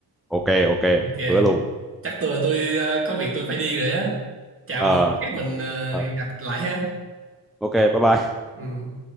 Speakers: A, in the centre; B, on the right.
A: ok ok
B: ok
A: hứa luôn
B: chắc tôi tôi ờ, có việc tôi phải đi rồi á chào
A: ờ
B: ông chắc mình ờ,
A: ờ,
B: gặp lại ha
A: ok bye bye
B: ừ.